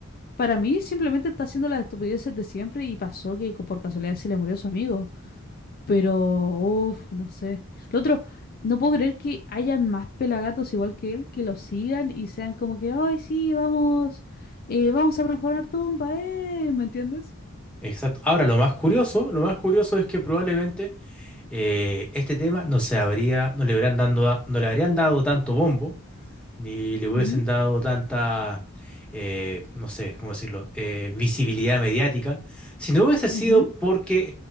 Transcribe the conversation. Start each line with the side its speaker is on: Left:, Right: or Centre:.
Left: Para mí, simplemente está haciendo las estupideces de siempre y pasó que co- por casualidad se le murió su amigo. Pero, uff, no sé. Lo otro, no puedo creer que haya más pelagatos igual que él que lo sigan y sean como que, ay, sí, vamos, eh, vamos a profanar tumba, ¿eh? ¿Me entiendes?
Centre: Exacto. Ahora, lo más curioso, lo más curioso es que probablemente eh, este tema no se habría, no le habrían dando, no le habrían dado tanto bombo ni le hubiesen
Left: Ujú,
Centre: dado tanta, eh, no sé, ¿cómo decirlo?, eh, visibilidad mediática, si no hubiese
Left: ujú.
Centre: sido porque